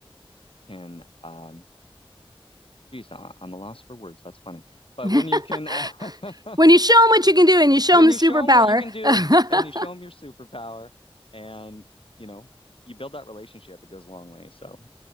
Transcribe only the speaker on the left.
can um geez, I, I'm a loss for words. That's funny. But
when you can uh, <laughs>
when
you
show them what you can do
and you show them your superpower and you know you build that relationship it goes a long way so